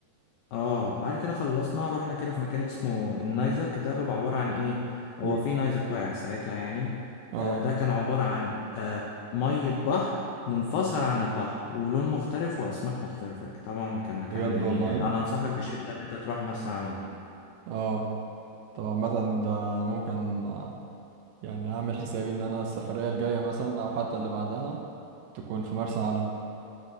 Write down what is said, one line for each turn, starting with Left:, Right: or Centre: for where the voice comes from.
Left: اه بعد كده خلصنا رحنا كده في مكان اسمه النايزك ده بيبقى عبارة عن ايه هو
Right: ايه
Left: في نايزك واقع ساعتها يعني
Right: اه
Left: آه ده كان عبارة عن آه مية بحر منفصل عن البحر ولون مختلف واسماك مختلفة طبعا كان مكان
Right: بجد
Left: جميل
Right: والله
Left: يعني انا انصحك بشدة ان انت تروح مرسى علم
Right: اه طبعا مثلا ده ممكن يعني اعمل حسابي ان انا السفرية الجاية مثلا او حتى اللي بعدها تكون في مرسى علم